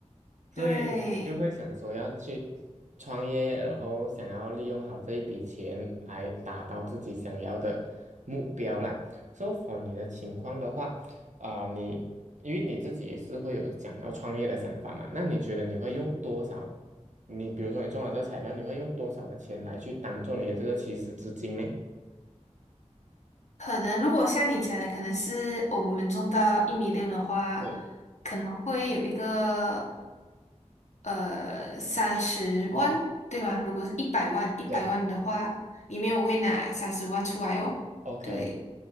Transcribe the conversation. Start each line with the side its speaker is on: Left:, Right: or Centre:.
Right: 所以就会想说要去创业，
Left: <laughs> 对，
Right: 然后想要利用好这一笔钱来达到自己想要的目标啦。So for 你的情况的话，啊、你因为你自己也是会有想要创业的想法嘛，那你觉得你会用多少？你比如说你中了这个彩票，你会用多少的钱来去当做你的这个起始资金呢？
Left: 可能如果像你讲的，可能是我们种到一米六的话，
Right: 对，
Left: 可能会有一个呃三十万，对吗？如果是一百万，一百万的话，
Right: 对
Left: 里面我会拿三十万出来哦，
Right: ，OK
Left: 对。